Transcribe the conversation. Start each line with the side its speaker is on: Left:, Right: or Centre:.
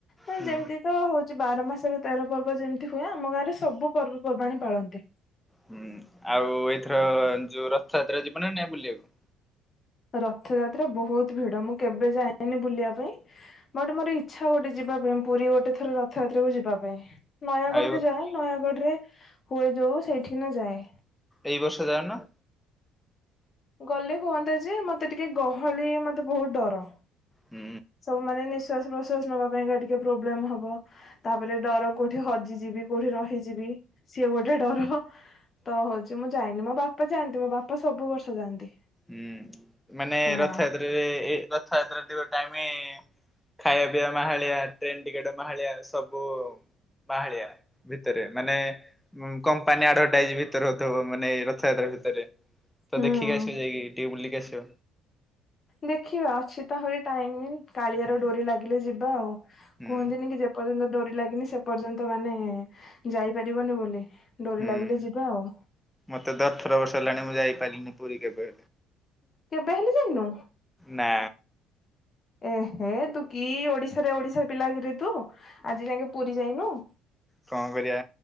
Left: ତ
Centre: ହୁଁ।
Left: ଯେମିତି ତ ହଉଛି ବାର ମାସରେ ତେର ପର୍ବ ଯେମିତି ହୁଏ, ଆମ ଗାଁ ରେ ସବୁ ପର୍ବପର୍ବାଣୀ ପାଳନ୍ତି।
Centre: ହୁଁ ଆଉ ଏଇଥର ଯୋଉ ରଥଯାତ୍ରା ଯିବ ନ ନାଇ ବୁଲିବାକୁ?
Left: ରଥଯାତ୍ରା ବହୁତ ଭିଡ। ମୁଁ କେବେ ଯାଇନି ବୁଲିବା ପାଇଁ। ମୋଟେ ମୋର ଇଚ୍ଛା ଗୋଟେ ଯିବା ପାଇଁ, ପୁରୀ ଗୋଟେ ଥର ରଥଯାତ୍ରା କୁ ଯିବା ପାଇଁ। ନୟାଗଡକୁ
Centre: ଆଉ
Left: ଯାଏ। ନୟାଗଡ ରେ ହୁଏ ଯୋଉ ସେଇଠି ନା ଯାଏ।
Centre: ଏହି ବର୍ଷ ଯାଉନ।
Left: ଗଲେ ହୁଅନ୍ତା ଯେ- ମତେ ଟିକେ ଗହଳି ମତେ ବହୁତ ଡର।
Centre: ହୁଁ।
Left: ସବୁ ମାନେ ନିଶ୍ଵାସ ପ୍ରଶ୍ୱାସ ନବା ପାଇଁକା ଟିକେ ପ୍ରୋବ୍ଲେମ ହବ, ତାପରେ ଡର କୋଉଠି ହଜିଯିବି। କୋଉଠି ରହିଯିବି ସିଏ ଗୋଟେ ଡର, ତ ହଉଛି ମୁଁ ଯାଇନି ମୋ ବାପା ବାପା ଯାଆନ୍ତି। ମୋ ବାପା ସବୁ ବର୍ଷ ଯାଆନ୍ତି।
Centre: ହୁଁ ମାନେ
Left: ହଁ
Centre: ରଥଯାତ୍ରରେ ରଥଯାତ୍ରା ଟାଇମ ଖାଇବା ପିଇବା ମାହାଳିଆ ଟ୍ରେନ ଟିକେଟ ମାହାଳିଆ ସବୁ ମାହାଳିଆ ଭିତରେ ମାନେ କମ୍ପାନୀ ଆଡଭାଟାଇଜ ଭିତରେ ହଉଥିବ। ମାନେ ରଥଯାତ୍ରା ଭିତରେ ତ
Left: ହୁଁ
Centre: ଦେଖିକି ଆସିବ ଯାଇକି ଟିକେ ବୁଲିକି ଆସିବ।
Left: ଦେଖିବା ଅଛି ତ ଆହୁରି ଟାଇମ କାଳିଆର
Centre: ହୁଁ
Left: ଡୋରି ଲାଗିଲେ ଯିବା ଆଉ
Centre: ହୁଁ
Left: କୁହନ୍ତିନି କି ଯେ, ପର୍ଯ୍ୟନ୍ତ ଡୋରି ଲାଗିନି ସେ ପର୍ଯ୍ୟନ୍ତ ମାନେ ଯାଇପାରିବନି ବୋଲି। ଡୋରି
Centre: ହୁଁ
Left: ଲାଗିଲେ ଯିବା ଆଉ।
Centre: ମତେ ତ ଅଠର ବର୍ଷ ହେଲାଣି। ମୁଁ ଯାଇପାରିଲିନି ପୁରୀ କେବେ?
Left: କେବେ ହେଲେ ଯାଇନ?
Centre: ନା
Left: ଏହେ ତୁ କି ଓଡିଶାରେ, ଓଡିଶା ପିଲା କିରେ ତୁ ଆଜି ଯାକେ ପୁରୀ ଯାଇନୁ?
Centre: କଣ କରିବା